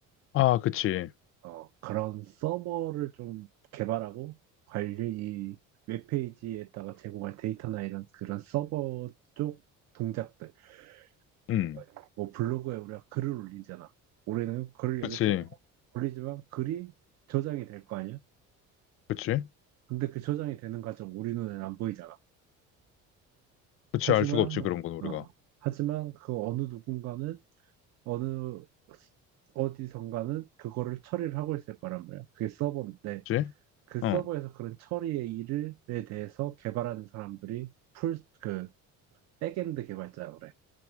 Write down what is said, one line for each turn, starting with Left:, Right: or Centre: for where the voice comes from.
Left: 아, 그치.
Right: 어, 그런 서버를 좀 개발하고 관리 이 웹페이지에다가 제공할 데이터나 이런 그런 서버 쪽 동작들
Left: 음.
Right: 그러니까 뭐 블로그에 우리가 글을 올리잖아 올해는 글을
Left: 그치.
Right: 여기 써서 올리지만 글이 저장이 될 거 아니야
Left: 그치.
Right: 근데 그 저장이 되는 과정 우리 눈에는 안 보이잖아
Left: 그치.
Right: 하지만
Left: 알 수가 없지, 그런 건 우리가.
Right: 어 하지만 그 어느 누군가는 어느 어디선가는 그거를 처리를 하고 있을 거란 말이야 그게 서버인데
Left: 그치?
Right: 그
Left: 어.
Right: 서버에서 그런 처리의 일을 에 대해서 개발하는 사람들이 풀, 그, 백엔드 개발자라고 그래.